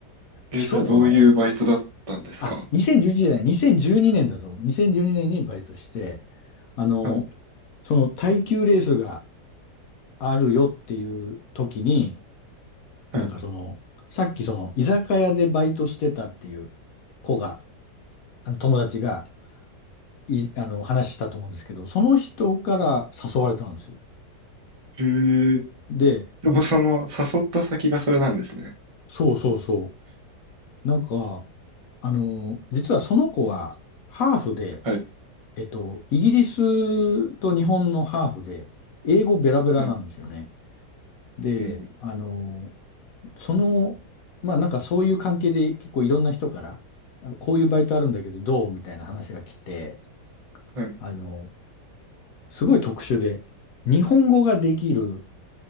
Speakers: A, on the right; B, on the left.
A: え、
B: 違うかな
A: それどういうバイトだったんですか
B: あ、2011じゅういちじゃない、2年だと思う。2012年にねんにバイトして、あの、
A: はい。
B: その耐久レースがあるよっていう時に、なんかその、
A: はい。
B: さっきその、居酒屋でバイトしてたっていう子が、あの友達がい、あの、話したと思うんですけど、その人から誘われたんですよ。
A: へえ。
B: で、
A: でもその、誘った先がそれなんですね。
B: そうそうそう。なんか、あの、実はその子は、ハーフで、
A: はい。
B: えっと、イギリスと日本のハーフで、英語ベラベラなんですよね。
A: はい。
B: で、
A: うん。
B: あの、その、まあなんかそういう関係で結構いろんな人から、こういうバイトあるんだけどどうみたいな話が来て、
A: はい。
B: あの、すごい特殊で、日本語ができる、